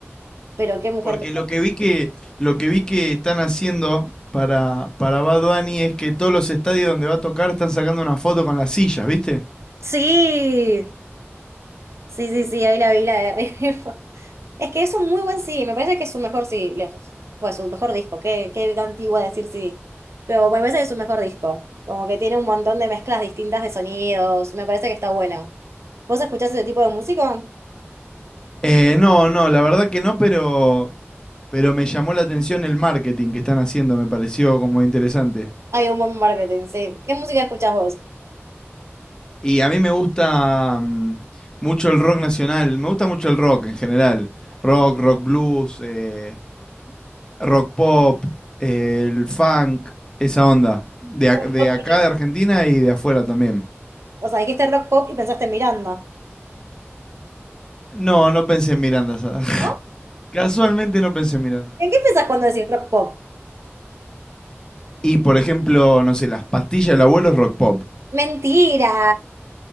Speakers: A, on the right; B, on the left.
A: Pero qué mujer
B: Porque
A: te...
B: lo que vi que, lo que vi que están haciendo para, para Bad Bunny es que todos los estadios donde va a tocar están sacando una foto con las sillas, ¿viste?
A: Sí. Sí, sí, sí, hoy la vi la de River. <laughs> Es que es un muy buen CD, me parece que es su mejor CD, lejos. Pues su mejor disco, qué, qué antigua decir CD. Pero bueno, me parece que es su mejor disco. Como que tiene un montón de mezclas distintas de sonidos, me parece que está bueno. ¿Vos escuchás ese tipo de música?
B: Eh, no, no, la verdad que no, pero, pero me llamó la atención el marketing que están haciendo, me pareció como interesante.
A: Hay un buen marketing, sí. ¿Qué música escuchás vos?
B: Y a mí me gusta mm, mucho el rock nacional, me gusta mucho el rock en general. Rock, rock blues, eh, rock pop, eh, el funk, esa onda. De, ac-
A: Rock
B: de
A: pop
B: acá,
A: y-
B: de Argentina y de afuera también.
A: O sea, dijiste rock pop y pensaste en Miranda,
B: No, no pensé en Miranda. sa- <laughs>
A: ¿no?
B: Casualmente no pensé en Miranda.
A: ¿En qué pensás cuando decís rock pop?
B: Y por ejemplo, no sé, las pastillas del abuelo es rock pop.
A: ¡Mentira!